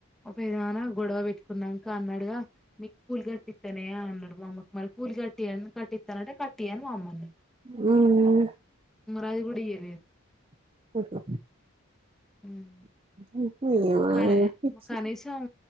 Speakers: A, in the centre; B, on the right (about 25°).
A: ఒక ఏదనా గొడవ పెట్టుకున్నాంక అన్నాడుగా నీకు కూలి కట్టిస్తానే అన్నాడు మా అమ్మకి మరి కూలి కట్టి అని కట్టిస్తానంటే కట్టి అని మా అమ్మ అన్నది
B: <unintelligible>
A: మరి అది కూడా ఇయ్యలేదు
B: <unintelligible>
A: ఉమ్
B: <unintelligible> ఏమో
A: కాని
B: పిచ్చి
A: కనీసం